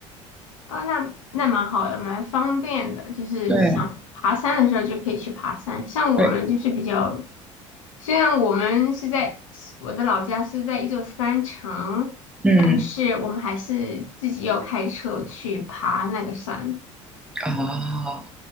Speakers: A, on the left (about 80°); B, in the centre.
A: 哦，那那蛮好的，蛮方便的，就是想爬山的时候就可以去爬山。
B: 对
A: 像我们就是比较
B: 对，
A: 虽然我们是在我的老家是在一座山城，
B: 嗯
A: 但是我们还是自己要开车去爬那个山。
B: 啊，